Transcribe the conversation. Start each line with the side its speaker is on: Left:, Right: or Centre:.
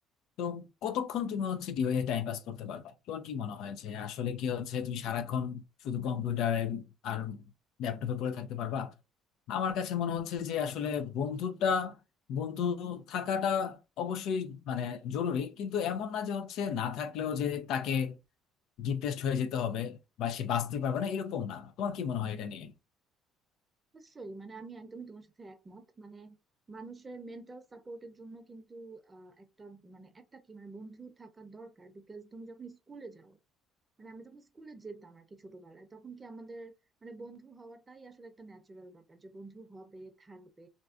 Left: তো কতক্ষণ তুমি হচ্ছে ডিভাইসে টাইম পাস করতে পারবে তোমার কি মনে হয় যে আসলে কি হচ্ছে তুমি সারাক্ষণ শুধু কম্পিউটারে আর ল্যাপটপে পড়ে থাকতে পারবা আমার কাছে মনে হচ্ছে যে আসলে বন্ধুটা বন্ধু থাকাটা অবশ্যই মানে জরুরি কিন্তু এমন না যে হচ্ছে না থাকলেও যে তাকে ডিপ্রেসড হয়ে যেতে হবে বা সে বাঁচতে পারবে না এরকম না তোমার কি মনে হয় এটা নিয়ে
Right: নিশ্চয়ই মানে আমি একদমই তোমার সাথে একমত মানে মানুষের মেন্টাল সাপোর্টের জন্য কিন্তু আহ, একটা মানে একটা কি মানে বন্ধু থাকা দরকার বিকজ তুমি যখন স্কুলে যাও মানে আমি যখন স্কুলে যেতাম আর কি ছোটবেলায় তখন কি আমাদের মানে বন্ধু হওয়াটাই আসলে একটা ন্যাচারাল ব্যাপার যে বন্ধু হবে থাকবে